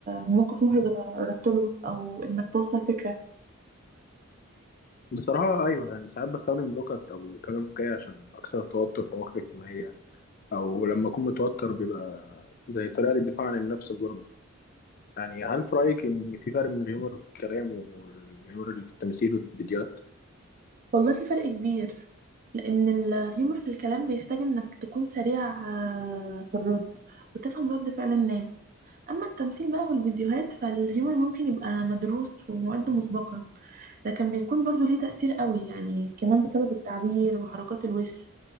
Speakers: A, on the right; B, on the left.
A: موقف محرج اتعرضت له او انك توصل فكره
B: بصراحة أيوة يعني ساعات بستخدم نكت أو كلام فكاهي عشان أكسر التوتر في مواقف اجتماعية أو لما أكون متوتر بيبقى زي طريقة للدفاع عن النفس برضه يعني هل في رأيك إن في فرق بين الهيومر في الكلام والهيومر اللي في التمثيل والفيديوهات؟
A: والله في فرق كبير لأن الهيومر في الكلام بيحتاج إنك تكون سريع آه، في الرد وتفهم رد فعل الناس أما التمثيل بقى والفيديوهات فالهيومر ممكن يبقى مدروس ومعد مسبقا لكن بيكون برضو ليه تأثير قوي يعني كمان بسبب التعبير وحركات الوش